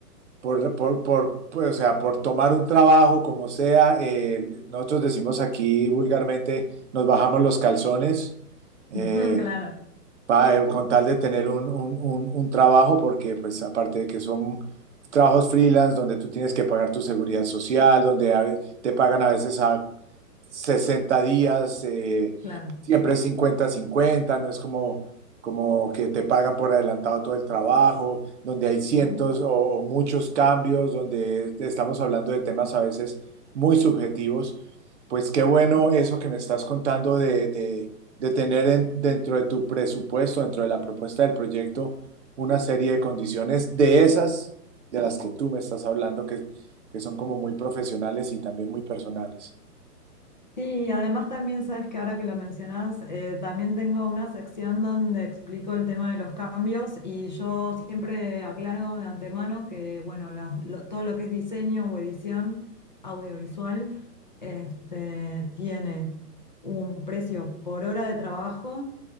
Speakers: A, on the right; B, on the left.
A: por, por, por, pues, o sea, por tomar un trabajo, como sea, eh, nosotros decimos aquí vulgarmente, nos bajamos los calzones. eh,
B: ujú, claro,
A: pa- eh, con tal de tener un, un- un- un trabajo, porque pues aparte de que son trabajos freelance donde tú tienes que pagar tu seguridad social, donde a ve- te pagan a veces a 60 días, eh,
B: claro.
A: siempre cincuenta cincuenta no es como, como que te pagan por adelantado todo el trabajo, donde hay cientos
B: ujú,
A: o, o muchos cambios, donde estamos hablando de temas a veces muy subjetivos. Pues qué bueno
B: sí.
A: eso que me estás contando de, de tener en- dentro de tu presupuesto, dentro de la propuesta del proyecto, una serie de condiciones de esas de las que tú me estás hablando, que, que son como muy profesionales y también muy personales.
B: Sí, y además también sabes que ahora que lo mencionás, eh, también tengo una sección donde explico el tema de los cambios y yo siempre aclaro de antemano que, bueno, las- lo- todo lo que es diseño o edición audiovisual, este, tiene un precio por hora de trabajo